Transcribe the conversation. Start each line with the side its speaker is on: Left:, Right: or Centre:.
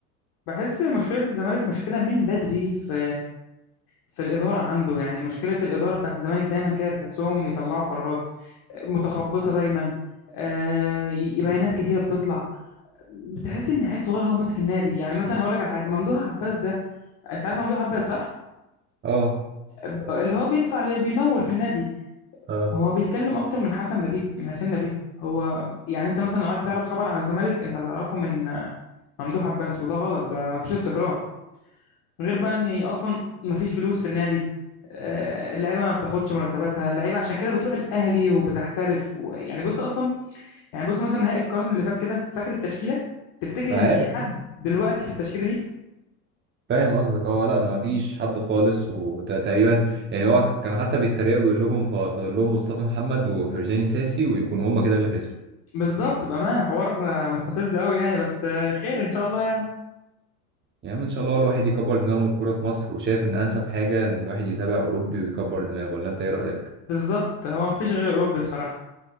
Left: بحس مشكله الزمالك مشكله من بدري في في الاداره عنده يعني مشكله الاداره بتاعت الزمالك دايما كده تحسهم يطلعوا قرارات متخبطه دايما آه ي- بيانات كتيره بتطلع بتحس ان عيل صغير هو ماسك النادي يعني مثلا هقول لك على حاجه ممدوح عباس ده انت عارف ممدوح عباس صح
Right: اه
Left: ب- اللي هو بيدفع اللي بيمول في النادي
Right: اه
Left: هو بيتكلم اكتر من حسن لبيب من حسين لبيب هو يعني انت مثلا لو عايز تعرف خبر عن الزمالك انت هتعرفه من ممدوح عباس وده غلط ده مفيش استقرار غير بقى ان اصلا مفيش فلوس في النادي آه، اللعيبه ما بتاخدش مرتباتها اللعيبه عشان كده بتروح الاهلي وبتحترف ويعني بص اصلا يعني بص مثلا نهائي القرن اللي فات كده فاكر التشكيله تفتكر
Right: عارف
Left: ان في حد دلوقتي في التشكيله دي
Right: فاهم قصدك اه لا ما فيش حد خالص وتقريبا يعني هو كان حتى بيتريقوا بيقول لكم ف- فاضل لهم مصطفى محمد وفرجاني ساسي ويكونوا هما كده اللي خسروا
Left: بالظبط بامانه حوار آه، مستفز قوي يعني بس آه، خير ان شاء الله يعني
Right: يا عم ان شاء الله الواحد يكبر دماغه من الكوره في مصر وشايف ان انسب حاجه ان الواحد يتابع اوروبي ويكبر دماغه ولا انت ايه رايك؟
Left: بالظبط هو مفيش غير اوروبي بصراحه